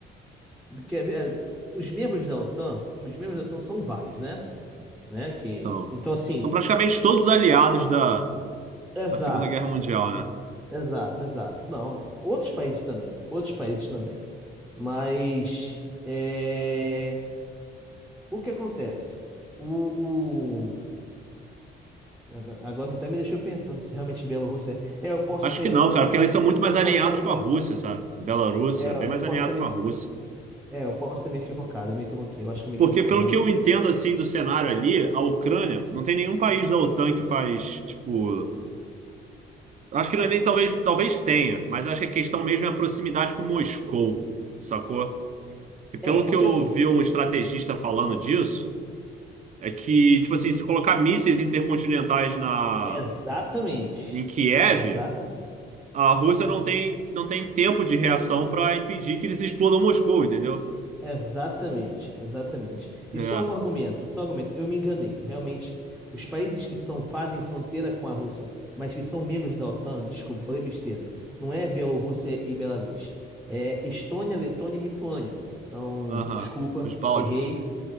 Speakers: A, in the centre; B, on the right.
A: porque é- é, os membros da OTAN, os membros da OTAN são vários, né? Né? Que,
B: Então,
A: então, assim,
B: são praticamente todos aliados da,
A: exato.
B: da Segunda Guerra Mundial, né?
A: Exato, exato. Não, outros países também, outros países também. Mas é, o que acontece? O, o... Agora agora tu até me deixou pensando se realmente Bielorrússia é. É, eu posso
B: Acho
A: ter,
B: que não,
A: eu posso
B: cara, porque
A: ter,
B: eles
A: me-
B: são muito
A: eu,
B: mais
A: eu
B: alinhados
A: posso ter me equivocado.
B: com a Rússia, sabe? Belarus
A: É,
B: é bem mais
A: eu posso
B: alinhado
A: ter me...
B: com a Rússia.
A: é, eu posso ter me equivocado, eu me equivoquei. Eu acho que eu me
B: Porque,
A: equivoquei,
B: pelo
A: realmente.
B: que eu entendo, assim, do cenário ali, a Ucrânia, não tem nenhum país da OTAN que faz, tipo. Acho que não é nem talvez, talvez tenha, mas acho que a questão mesmo é a proximidade com Moscou, sacou? E pelo
A: É, porque
B: que eu ouvi
A: assim,
B: um estrategista falando disso, é que, tipo assim, se colocar mísseis intercontinentais na
A: exatamente,
B: em Kiev,
A: exatamente.
B: a Rússia não tem, não tem tempo de reação para impedir que eles explodam Moscou, entendeu?
A: Exatamente, exatamente.
B: É,
A: E só um argumento, só um argumento. Eu me enganei. Realmente, os países que são fazem fronteira com a Rússia, mas que são membros da OTAN, desculpa, falei besteira. Não é Bielorrússia e Belarus. É Estônia, Letônia e Lituânia. Então,
B: aham,
A: desculpa,
B: Os Bálticos.
A: errei.